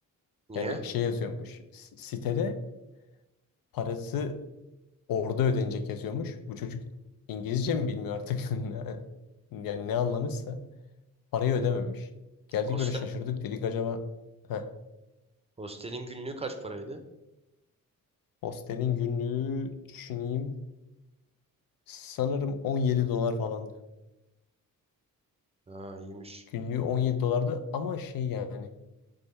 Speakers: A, on the right; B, on the left.
A: Niye?
B: Yani şey yazıyormuş. s- Sitede parası Orada ödenecek yazıyormuş. Bu çocuk İngilizce mi bilmiyor artık? <laughs> Ne- Yani ne anlamışsa parayı ödememiş. Geldik
A: Hostel.
B: böyle şaşırdık dedik acaba heh,
A: Hostelin günlüğü kaç paraydı?
B: hostelin günlüğü düşüneyim sanırım 17 dolar falandı.
A: Ha iyiymiş.
B: Günlüğü 17 dolardı ama şey yani